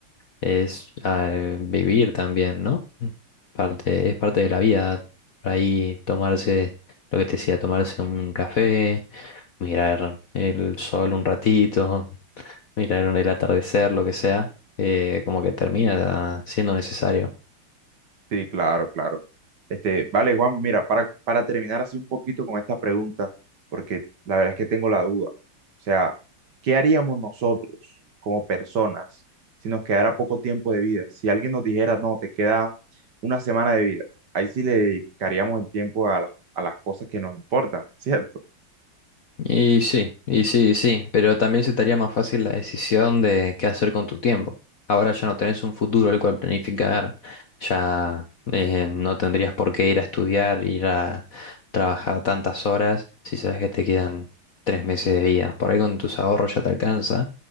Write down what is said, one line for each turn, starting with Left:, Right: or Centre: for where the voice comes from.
Left: es ah, eh, vivir también, ¿no? Parte, es parte de la vida. Por ahí tomarse, lo que te decía, tomarse un café, mirar el sol un ratito, mirar el atardecer, lo que sea, eh, como que termina siendo necesario.
Right: Sí, claro, claro. Este, vale, Juan, mira, para, para terminar así un poquito con esta pregunta, porque la verdad es que tengo la duda. O sea, ¿qué haríamos nosotros como personas si nos quedara poco tiempo de vida? Si alguien nos dijera, no, te queda una semana de vida, ahí sí le dedicaríamos el tiempo a, las- a las cosas que nos importan, <laughs> ¿cierto?
Left: Y sí, y sí, y sí, pero también se te haría más fácil la decisión de qué hacer con tu tiempo. Ahora ya no tenés un futuro el cual planificar, ya eh, no tendrías por qué ir a estudiar, ir a trabajar tantas horas si sabes que te quedan tres meses de vida. Por ahí con tus ahorros ya te alcanza